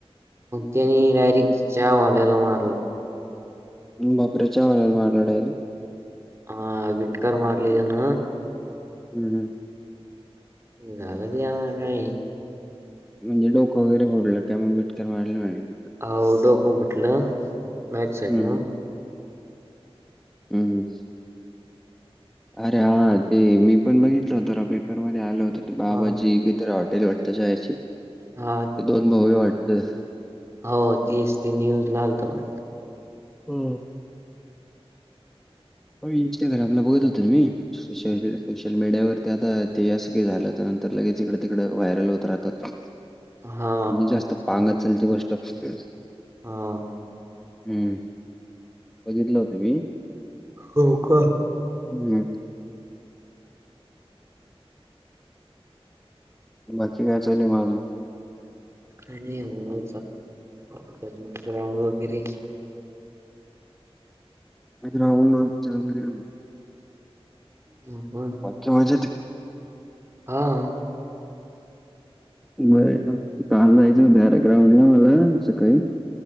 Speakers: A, on the right; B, in the centre.
A: त्यानी वॅरिक चहा वालेला मार.
B: बापरे! च्यावाल्याला मारला डायरेक्ट
A: हा विटकार मारले ज्यान
B: हुं हुं.
A: झाल तेला काही
B: म्हणजे डोकं वगैरे फोडलं का मग? वीट तर मारली म्हणे
A: आओ डोक फुठलं बॅक साईड
B: हम्म
A: न
B: हम्म आरे आज ते मी पण बघितलं होत राव पेपरमध्ये आल होत, ते बाबाजी
A: हा
B: काय तर हॉटेल वाटतय? शाळेची ते
A: हा
B: दोन भाऊ हाय वाटतं.
A: आओ तेच ती न्यूज ला आलत बघा.
B: हम्म. होय इंस्टाग्रामला बघत होतो मी, सोशल मीड सोशल मीडियावरती आता ते असं काय झालं तर नंतर लगेच इकडं तिकडं, व्हायरल होत राहतात ना.
A: हा
B: म्हंजे जास्त पांगत चालते ही गोष्ट खरी असतं
A: हां.
B: हम्म बघितलं होत मी.
A: हो का?
B: हम्म. बाकी काय चालूय म आजून?
A: काय नाही ओ <unintelligible> राऊंड वगैरे
B: मी ग्राउंडवर जाणार ए
A: हो का
B: बाकी मजा येते का
A: हां?
B: बरं हाय ना काल जायचं होत, यार ग्राउंडला मला सकाळी.